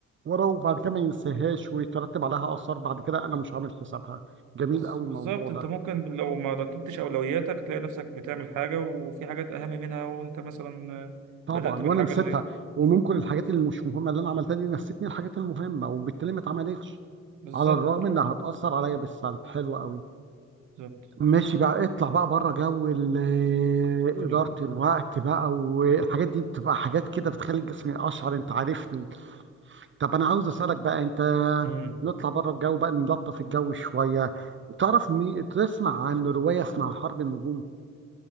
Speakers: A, on the right; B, on the right.
A: وراه وبعد كده ما ينساهاش ويترتب عليها اثار بعد كده انا مش عامل حسابها جميل
B: بز-
A: قوي
B: بالظبط
A: الموضوع
B: انت
A: ده
B: ممكن لو ما رتبتش اولوياتك تلاقي نفسك بتعمل حاجه وفي حاجات اهم منها وانت مثلا
A: طبعا
B: بدأت بالحاجه
A: وانا نسيتها
B: اللي
A: وممكن الحاجات اللي مش مهمه اللي انا عملتها دي نسيتني الحاجات المهمه وبالتالي ما اتعملتش
B: بالظبط
A: على الرغم انها هتاثر عليا بالسلب حلو قوي
B: بالظبط
A: ماشي بقى اطلع بقى بره جو ال- آه،
B: اللي-
A: إدارة الوقت بقى والحاجات دي بتبقى حاجات كده بتخلي الجسم يقشعر انت عارفني طب انا عاوز اسألك بقى انت
B: امم
A: نطلع بره الجو بقى نلطف الجو شوية تعرف مي... تسمع عن رواية اسمها حرب النجوم